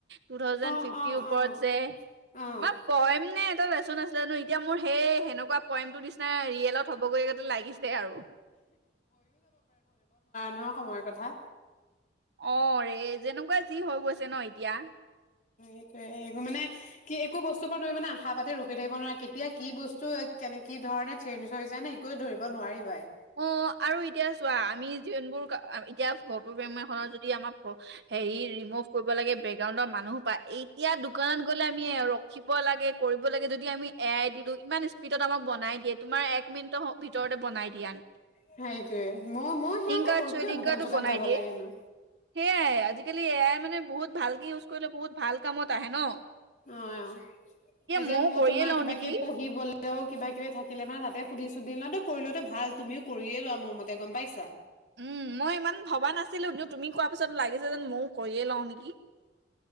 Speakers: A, on the right (about 65°); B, on the left (about 45°).
A: টু থাউজেণ্ড
B: অ
A: ফিফটিৰ
B: অ
A: ওপৰত
B: অ
A: যে
B: অ
A: তোমাৰ পইম নে এটা লেচন আছিলে নহয়। এতিয়া মোৰ সেই সেনেকুৱা পইমটো নিচিনা ৰিয়েলত হ'বগৈ গতে লাগিছে আৰু।
B: ন সময়ৰ কথা।
A: অ' ৰে যেনেকুৱা যি হৈ গৈছে ন এতিয়া।
B: এইটোয়ে একো মানে কি একো বস্তুৰ পৰা ধৰি মানে আশা পাতি ৰখি থাকিব নোৱাৰে কেতিয়া কি বস্তু কেনে কি ধৰণে চেঞ্জ যায় নে একোৱে ধৰিব নোৱাৰিবাই।
A: অ', আৰু এতিয়া চোৱা আমি যোনবোৰ এতিয়া ফটো ফেম এখনত যদি আমাৰ হেৰি ৰিম'ভ কৰিব লাগে বেক। বেকগাউণ্ডৰ মানুহসোপায় এতিয়া দোকান গ'লে আমি ৰখিব লাগে কৰিব লাগে যদি আমি এ আই দি দিওঁ ইমান স্পীড। মিনিটত আমাক বনাই দিয়ে তোমাৰ এক মিনিটৰ ভিতৰতে বনাই দিয়ে আন
B: সেইটোয়ে মই -মই সেনোকে
A: কাৰ্ড
B: কৰো
A: চুৱেডিং
B: কিয় দোকান
A: কাৰ্ডো
B: চোকান
A: বনাই
B: যাব
A: দিয়ে
B: লাগে নো।
A: সেয়াই আজিকালি এ আই মানে বহুত ভালকে ইউজ কৰিলে বহুত ভাল কামত আহে ন'
B: অ' অ' এতিয়া
A: ময়ো
B: মই
A: কৰিয়ে
B: তোমাৰ
A: লওঁ
B: কিবা
A: নেকি
B: কিবি পঢ়িবলৈ তেওঁ কিবা কিবি থাকিলে মানে তাতে সুধি চুধি লও ন' তো কৰি লোৱাটো ভাল তুমিও কৰিয়ে লোৱা মোৰ মতে গম পাইছা।
A: উম মই ইমান ভবা নাছিলো তুমি কোৱা পিছত লাগিছে যেন ময়ো কৰিয়ে লওঁ নেকি।